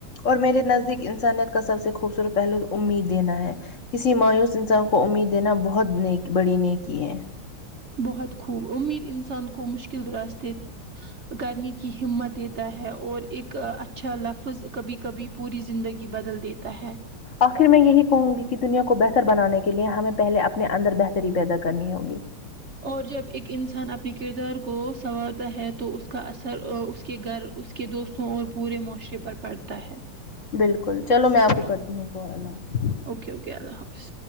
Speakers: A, on the left (about 45°); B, on the right (about 60°).
A: اور میرے نزدیک انسانیت کا سب سے خوبصورت پہلو امید دینا ہے کسی مایوس انسان کو امید دینا بہت بڑی ن کی ہے
B: بہت خوب امید انسان کو مشکل راستے کرنے کی ہمت دی ہے اور ایک اچھا لفظ کبھی کبھی پوری زندگی بدل دیتا ہے
A: آخر میں یہی کہوں گی کہ دنیا کو بہتر بنانے کے لیے ہمیں پہلے اپنے اندر بہتری پیدا کرنی ہوگی
B: اور جب ایک انسان اپنے کردار کو سنوارتا ہے تو اس کا اثر اس کے گھر اس کے کے دوستوں اور پورے معاشرے پر پڑتا ہے
A: بالکل چلو میں آپ کو کرتی ہوں کال
B: اوکے اوکے اللہ حافظ